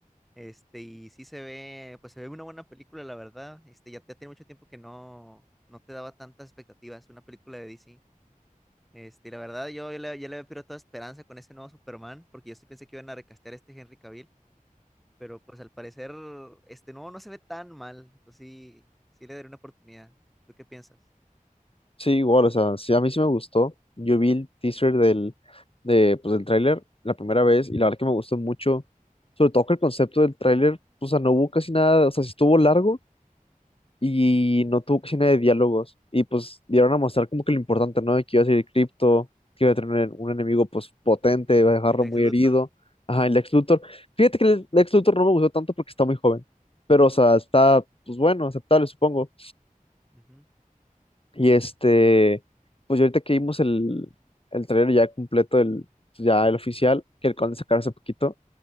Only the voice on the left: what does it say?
Sí, igual, o sea, sí, a mí sí me gustó. Yo vi el teaser del, de, pues, del tráiler la primera vez y la verdad que me gustó mucho. Sobre todo que el concepto del tráiler, o sea, no hubo casi nada, o sea, sí estuvo largo, y no tuvo casi nada de diálogos. Y pues dieron a mostrar como que lo importante, ¿no? De que iba a ser cripto, que iba a tener un enemigo pues potente,
iba a dejarlo
muy
herido. Ajá, el Lex Luthor. Fíjate que el Lex Luthor no me gustó tanto porque está muy joven. Pero, o sea, está, pues bueno, aceptable, supongo.
Y este, pues ya ahorita que vimos el, el trailer ya completo, el, pues, ya el oficial, que acaban de sacar hace poquito